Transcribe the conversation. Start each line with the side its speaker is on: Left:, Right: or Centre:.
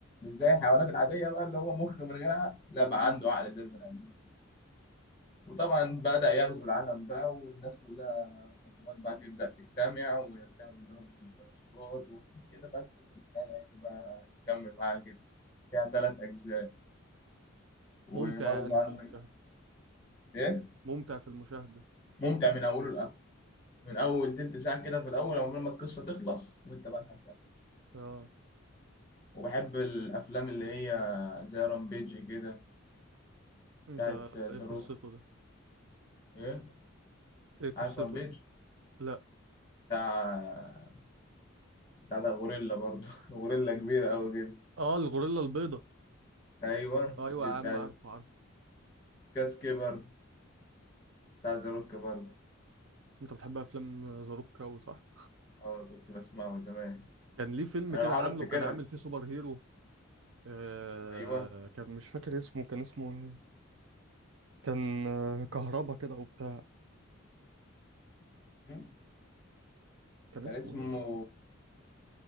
Left: زي الحيوانات العادية بقى اللي هو مخ من غير عقل لا بقى
Right: امم
Left: عنده عقل زي البني آدمين وطبعا بدأ يغزو العالم بقى والناس كلها الحكومات بقى تبدأ تجتمع ويرجعوا يضربوا في الديناصورات وكده بقى قصة الخيال العلمي بقى تكمل معاها كده فيها تلات أجزاء وبرضه
Right: ممتع يعني
Left: عندك
Right: في المشاهده
Left: إيه
Right: ممتع في المشاهده
Left: ممتع من أوله لآخره من أول تلت ساعة كده في الأول عقبال ما القصة تخلص وأنت بقى لحد آخر
Right: اه
Left: وبحب الأفلام اللي هي زي رامبيج كده بتاعت
Right: ده
Left: ذا
Right: ايه
Left: روك
Right: قصته ده
Left: إيه
Right: ايه قصته
Left: عارف رامبيج
Right: ده لا
Left: بتاع بتاع ده غوريلا برضه <laughs> غوريلا كبيرة أوي كده
Right: اه الغوريلا البيضاء
Left: ايوه
Right: ايوه
Left: دي
Right: يا
Left: بتاع
Right: عم عارفه عارفه
Left: كاس كبر بتاع ذا روك برضه
Right: انت بتحب افلام زاروكا صح
Left: اه كنت بسمعه زمان
Right: كان ليه فيلم
Left: انا
Right: كده
Left: بحاول
Right: عامله
Left: افتكرها
Right: كان عامل فيه سوبر هيرو آه
Left: ايوه
Right: كان مش فاكر اسمه كان اسمه إيه؟ كان آه، كهربا كده او بتاع
Left: مم.
Right: كان
Left: كان
Right: اسمه
Left: اسمه
Right: إيه؟